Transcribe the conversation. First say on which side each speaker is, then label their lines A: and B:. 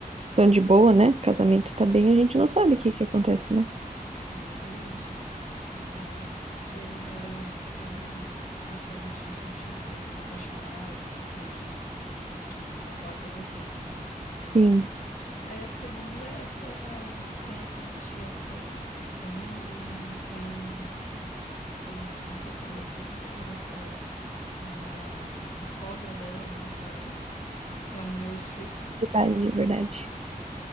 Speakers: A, on the right; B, on the left.
A: estão de boa, né? Casamento tá bem, a gente não sabe o que que acontece, né?
B: Exatamente, é. Ainda mais que eles eram tão aparentemente bem apaixonados, sucedidos, bem-sucedidos, né? Aquela coisa toda.
A: Sim.
B: Aí a segunda é essa, tem essa investigação acontecendo, tem, tem, coitada, eu fiquei com pena da Celeste. Ela, a sogra dela, né, aparece, que é a Meryl Streep.
A: Verdade, é verdade.